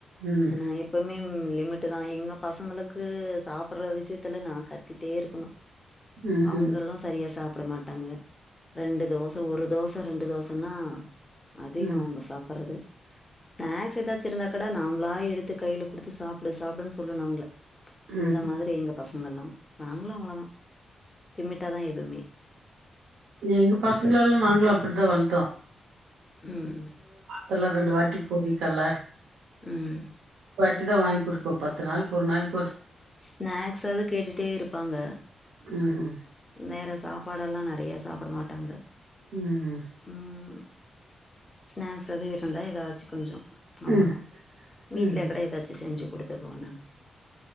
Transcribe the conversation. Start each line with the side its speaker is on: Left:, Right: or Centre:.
Right: ம்
Left: நா எப்பம்மே லிமிட்டு தா எங்க பசங்களுக்கு சாப்புட்ற விஷயத்துல நா கத்திட்டே இருக்கனு
Right: ம்
Left: அவுங்களு
Right: ம்
Left: சரியா சாப் புட மாட்டாங்க ரெண்டு தோச ஒரு தோச ரெண்டு தோசன்னா அதிகொ
Right: ம்
Left: அவுங்க பர்றது ஸ்நாக்ஸ் எதாச்சு இருந்தா கூட நாம்ளா எடுத்து கைல குடுத்து சாப்டு சாப்டுன்னு சொல்லனு அவுங்கள அந்த
Right: ம் ம்
Left: மாதிரி எங்க பச ங்கல்லா நாங்களு அவளதா லிமிட்டாதா எதுவ்மே
Right: எங்க பசங்ளலா நாங்களு அப்டிதா வள
Left: ம்
Right: த்துல்ல ரெண்டு வாட்டி பொறிக்கல்ல
Left: ம்
Right: வாட்டி தா வாங்குடுக்கு பத்து நாளுக்கு ஒரு நாள்
Left: ஸ்நாக்ஸாவுது கேட்டுட்டே இருப்பாங்க
Right: ம்ஹ்ம்
Left: வேற சாப்பாடல்லா நறைய சாப்புட மாட்டாங்க
Right: ம் ம்
Left: ம். ஸ்நாக்ஸ் அது இருந்தா எதாச்சு கொஞ்சொ அவளதா
Right: ம்
Left: வீட்லக்கட
Right: ம்ஹ்ம்
Left: எதாச்சு செஞ்சு குடுத்துர்வோ நான்